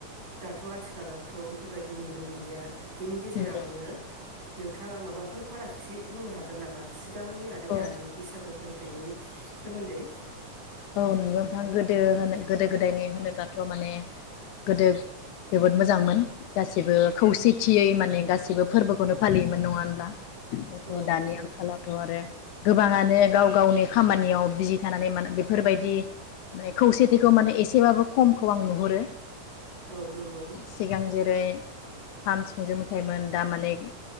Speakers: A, on the right; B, on the left.
A: दाथ' आथिखालावथ' बेफोरबायदि नुनो मोनलिया। बिनि गेजेरावनो।
B: नंगौ
A: नोंथाङा माबाफोर फारागथि बुंनो हागोन नामा सिं। गांनि आरो
B: औ
A: दानि बैसागो। फालिथायनि सोमोन्दै।
B: औ नोंगौ <unintelligible> गोदो होनो। गोदो गोदायनि होनोब्लाथ' माने गोदो जोबोद मोजांमोन गासिबो खौसेथियै माने गासिबो फोरबोखौनो फालियोमोन नङा होनब्ला। बेथ'दानि
A: औ नंगौ
B: आंखालावथ'आरो। गोबाङानो गाव गावनि खामानियाव बिजि थानानै मानो बे। फोरबायदि माने खौसेथिखौ माने एसेबाबो खमखौ आं नुहुरो।
A: औ नंगौ।
B: सिगां जेरै खाम सिफुंजो मोसायोमोन दा माने